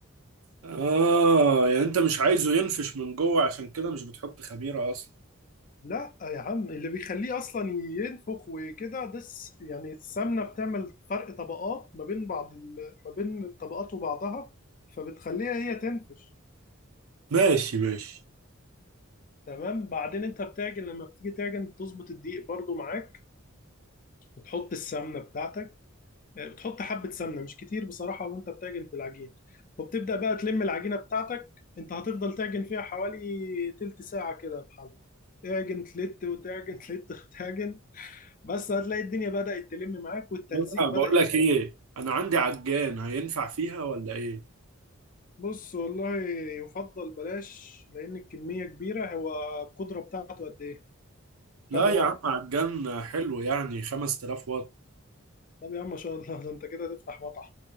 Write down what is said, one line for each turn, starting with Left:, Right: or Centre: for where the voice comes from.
Right: اه يعني انت مش عايزه ينفش من جوه عشان كده مش بتحط خميره اصلا
Left: لا يا عم اللي بيخليه اصلا ينفخ وكده ده الس- يعني السمنة بتعمل فرق طبقات ما بين بعض ال... ما بين الطبقات وبعضها فبتخليها هي تنفش
Right: ماشي ماشي
Left: تمام بعدين انت بتعجن لما بتيجي تعجن بتظبط الدقيق برضو معاك بتحط السمنة بتاعتك آه، بتحط حبة سمنة مش كتير بصراحة وانت بتعجن في العجين وبتبدأ بقى تلم العجينة بتاعتك انت هتفضل تعجن فيها حوالي تلت ساعة كده بحال تعجن تلت وتعجن <laughs> تلت وتعجن بس هتلاقي الدنيا بدأت تلم معاك والتلزيق
Right: انا بقول
Left: بدأ يقل.
Right: لك ايه انا عندي عجان هينفع فيها ولا ايه
Left: بص والله يفضل بلاش لأن الكمية كبيرة هو القدرة بتاعته قد إيه
Right: لا
Left: كام واط
Right: يا عم عجان حلو يعني 5000 واط
Left: طب يا عم ما شاء الله ده انت كده هتفتح مطعم